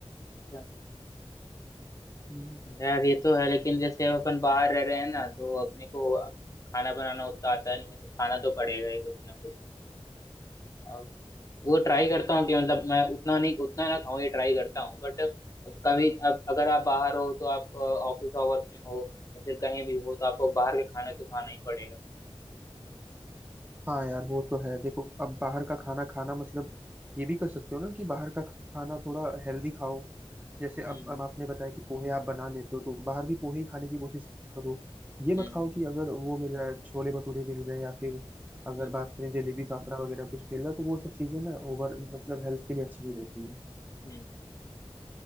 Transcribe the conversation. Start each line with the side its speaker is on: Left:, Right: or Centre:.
Left: अच्छा,
Right: हैं
Left: यार ये तो है लेकिन जैसे अब अपन बाहर रह रहे हैं ना तो अपने को अब खाना बनाना उतना आता नहीं है तो खाना तो पड़ेगा ही कुछ ना कुछ वो ट्राई करता हूँ कि मतलब मैं उतना नहीं उतना ना खाऊं ये ट्राई करता हूँ बट कभी अब अगर आप बाहर हो तो आप ऑफिस आवर्स में हो या फिर कहीं भी हो तो आपको बाहर का खाना तो खाना ही पड़ेगा
Right: हाँ यार वो तो है देखो अब बाहर का खाना खाना मतलब ये भी कर सकते हो ना कि बाहर का खाना थोड़ा हेल्दी खाओ जैसे
Left: हम्म
Right: अब अब आपने बताया कि पोहे आप बना लेते हो तो बाहर भी पोहे ही खाने की कोशिश करो ये मत
Left: हम्म
Right: खाओ कि अगर वो मिल रहा है छोले भटूरे मिल रहे हैं या फिर अगर
Left: हम्म
Right: बात करें जलेबी फाफड़ा वगैरह कुछ मिल रहा है तो वो सब चीजें ना ओवर मतलब हेल्थ के लिए अच्छी नहीं रहती है
Left: हम्म